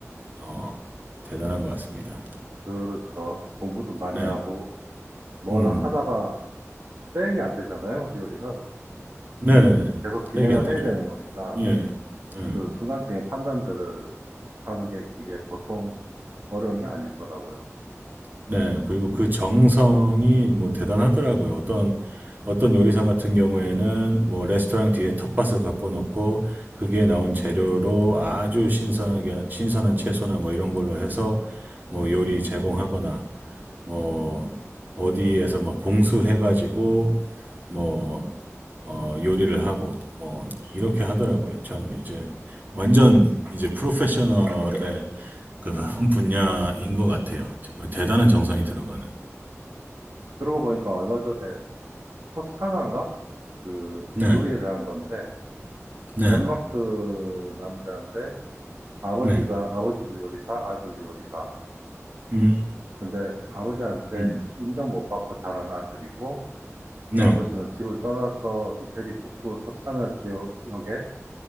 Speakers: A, on the right (about 35°); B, on the right (about 60°).
A: 어, 대단한 것 같습니다.
B: 그렇죠. 공부도 많이
A: 네.
B: 하고 뭘
A: 음.
B: 하다가 백이 안 되잖아요, 요리는.
A: 네네네.
B: 계속 진행을
A: 빼기 안 되죠.
B: 해야 되는 거니까.
A: 예. 예.
B: 그 순간적인 판단들을 하는 게 이게 보통 어려운 게 아닐 거라고요.
A: 네. 그리고 그 정성이 뭐 대단하더라고요. 어떤, 어떤 요리사 같은 경우에는 뭐 레스토랑 뒤에 텃밭을 갖고 놓고 그게 나온 재료로 아주 신선하게, 신선한 채소나 뭐 이런 걸로 해서 뭐 요리 제공하거나 뭐 어디에서 막 공수해가지고 뭐 어, 요리를 하고 뭐 이렇게 하더라고요. 참 이제 완전 이제 프로페셔널의 그 <laughs> 한 분야인 것 같아요. 정말 대단한 정성이 들어가는.
B: 그러고 보니까 얼마 전에 토스카나인가? 그
A: 네,
B: 요리에 대한 건데
A: 네,
B: 덴마크 남자인데 아버지가
A: 네,
B: 아버지도 요리사, 아들도 요리사.
A: 음,
B: 근데 아버지한테
A: 음,
B: 인정 못 받고 자란 아들이고
A: 네,
B: 아버지는 집을 떠나서 이태리 북부 토스카나 지역에